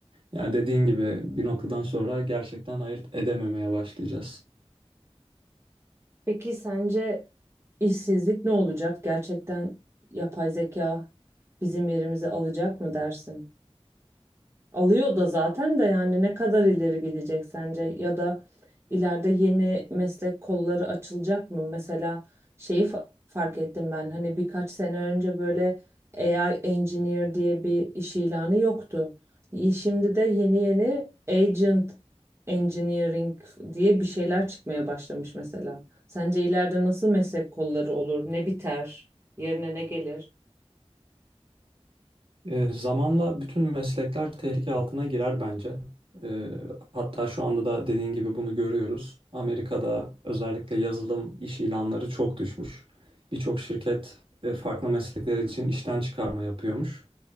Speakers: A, on the right (about 55°); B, on the right (about 25°).
A: Yani dediğin gibi bir noktadan sonra gerçekten ayırt edememeye başlayacağız.
B: Peki sence işsizlik ne olacak? Gerçekten yapay zeka bizim yerimizi alacak mı dersin? Alıyor da zaten de yani ne kadar ileri gidecek sence ya da ileride yeni meslek kolları açılacak mı? Mesela şeyi fa- fark ettim ben hani birkaç sene önce böyle AI engineer diye bir iş ilanı yoktu. Y- Şimdi de yeni yeni agent engineering diye bir şeyler çıkmaya başlamış mesela. Sence ileride nasıl meslek kolları olur? Ne biter? Yerine ne gelir?
A: Ee, zamanla bütün meslekler tehlike altına girer bence. Ee, hatta şu anda da dediğin gibi bunu görüyoruz. Amerika'da özellikle yazılım iş ilanları çok düşmüş. Birçok şirket e, farklı meslekler için işten çıkarma yapıyormuş.